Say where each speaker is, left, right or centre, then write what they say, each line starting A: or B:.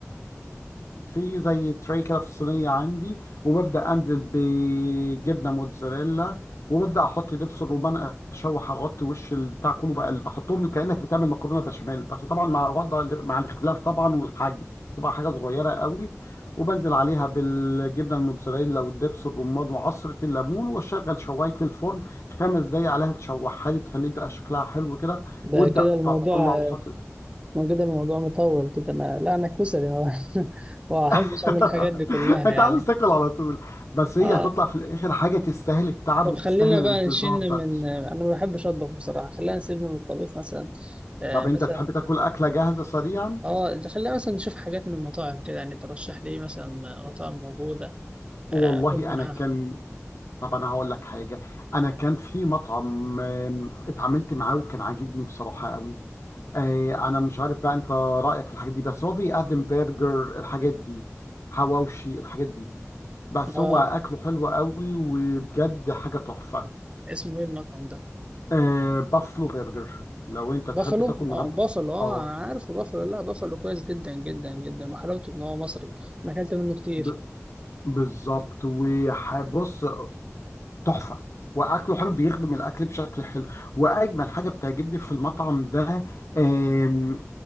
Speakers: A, on the left; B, on the right.
A: في زي تري كده في الصينية عندي وببدأ أنزل بجبنة موتزاريلا وببدأ أحط دبس الرومان أشوح أغطي وش البتاع كله بقى بحطهم كأنك بتعمل مكرونة بشاميل بس طبعا مع وضع مع الاختلاف طبعا والحجم تبقى حاجة صغيرة قوي وبنزل عليها بالجبنة الموتزاريلا والدبس الرمان وعصرة الليمون وأشغل شواية الفرن خمس دقايق عليها تشوحها لي تخليه بقى شكلها حلو كده
B: ده
A: وابدأ
B: كده الموضوع
A: طلع
B: آه،
A: وحط
B: ما كده الموضوع مطول كده انا لا انا كسلي <laughs> ما ما بحبش
A: <laughs>
B: اعمل الحاجات دي كلها
A: انت
B: يعني
A: عاوز تاكل على طول بس هي
B: اه
A: هتطلع في الاخر حاجه تستاهل التعب
B: طب
A: وتستاهل
B: خلينا
A: الانتظار
B: بقى نشن
A: ده
B: من انا ما بحبش اطبخ بصراحه خلينا نسيبنا من الطبيخ مثلا آه
A: طب
B: مثلا
A: انت تحب تاكل اكله جاهزه سريعا
B: اه ده خلينا مثلا نشوف حاجات من المطاعم كده يعني ترشح لي إيه مثلا مطاعم موجوده
A: والله
B: آه اكل منها
A: انا كان طب انا هقول لك حاجه انا كان في مطعم آم، اتعاملت معاه وكان عاجبني بصراحه قوي آه، انا مش عارف بقى انت رايك في الحاجات دي بس هو بيقدم برجر الحاجات دي حواوشي الحاجات دي بس
B: اه
A: هو اكله حلو قوي وبجد حاجه تحفه
B: اسمه ايه المطعم ده
A: آه بافلو برجر لو انت تحب
B: بافلو
A: تاكل من
B: اه
A: عنده
B: بافلو اه
A: اه
B: أنا عارفه بافلو لا بافلو كويس جدا جدا جدا وحلاوته ان هو مصري انا اكلت منه كتير
A: ب- بالظبط وهبص تحفه واكله حلو بيخدم الاكل بشكل حلو واجمل حاجه بتعجبني في المطعم ده آم،